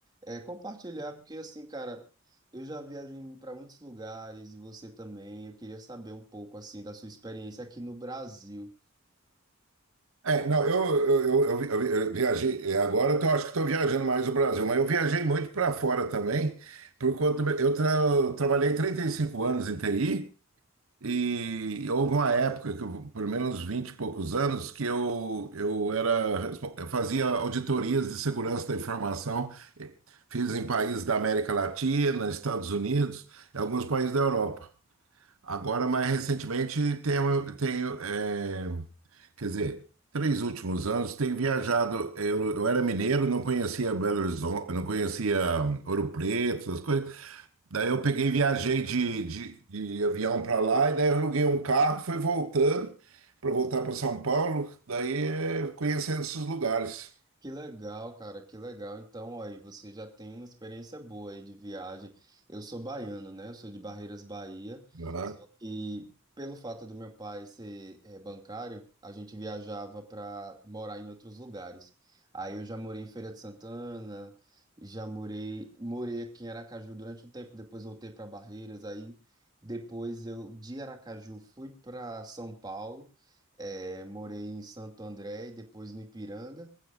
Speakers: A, on the right; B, on the right.
A: É, compartilhar, porque assim, cara, eu já viajei para muitos lugares e você também. Eu queria saber um pouco assim da sua experiência aqui no Brasil.
B: É, não, eu, eu, eu, eu- eu viajei, é, agora eu tô- acho que estou viajando mais o Brasil, mas eu viajei muito para fora também, por conta, eu tra- trabalhei 35 anos em TI e houve uma época, que eu, pelo menos vinte, e poucos anos, que eu, eu era, respon- eu fazia auditorias de segurança da informação, eh, fiz em países da América Latina, Estados Unidos, e alguns países da Europa. Agora, mais recentemente, tenho, tenho é, quer dizer, três últimos anos, tenho viajado. Eu, eu era mineiro, não conhecia Belo Horizonte, não conhecia hum, Ouro Preto, essas coisas. Daí eu peguei, viajei de, de, de avião para lá, e daí eu aluguei um carro, fui voltando para voltar para São Paulo, daí é, conhecendo esses lugares.
A: Que legal, cara, que legal. Então, ó, aí você já tem uma experiência boa aí de viagem. Eu sou baiano, né? Eu sou de Barreiras, Bahia.
B: Aham.
A: Só que pelo fato do meu pai ser eh, bancário, a gente viajava para morar em outros lugares. Aí eu já morei em Feira de Santana, já morei, morei aqui em Aracaju durante um tempo, depois voltei para Barreiras. Aí depois eu de Aracaju fui para São Paulo, eh, morei em Santo André e depois no Ipiranga.